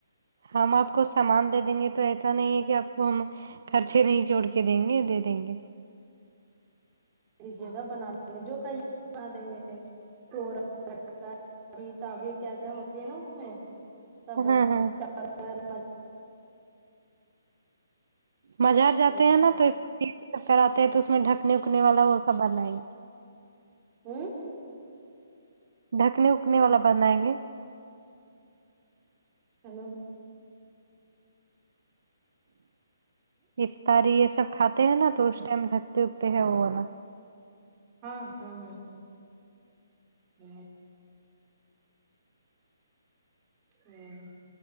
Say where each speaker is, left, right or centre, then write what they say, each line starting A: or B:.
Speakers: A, on the right; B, on the right.
A: ہم آپ کو سامان دے دیں گے تو ایسا نہیں ہے کہ آپ وہ ہم خرچے نہیں جوڑ کے دیں گے دے دیں گے
B: کر لیجیے گا بنا دیں گے جو کہیے بنا دیں گے توورا <inaudible> لٹکای تبی کیا کیا ہوتی ہے نا اس میں سب
A: ہاں ہاں
B: <inaudible>
A: بازار
B: ہوں
A: جاتے ہیں نا تو کر آتے ہے تو اس میں ڈھکنے اکنے والا وہ سب بنای
B: ہوں
A: ڈھکنی اکنے والا بنائیں گے
B: ہیلو
A: افطاری یہ سب کھاتے ہیں نا تو اس ٹائم جکتے اگتے ہیں وہ والا
B: ہاں ہاں ہ ہوں